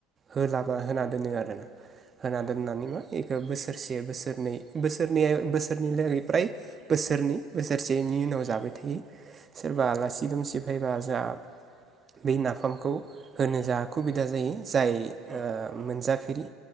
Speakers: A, on the right; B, in the centre.
A: होजाबा होना दोनो आरो ना होना
B: ओं
A: दोननानै मा बोसोरसे बोसोरनै बोसोरनै बोसोरनै लागै फ्राय बोसोरनै बोसोरसेनि उनाव जाबाय थायो सोरबा
B: औ
A: आलासि दुमसि फैबा जोंहा बे नाफामखौ होनो जोंहा खुबिदा जायो जाय ओ
B: ओं
A: मोनजाफेरि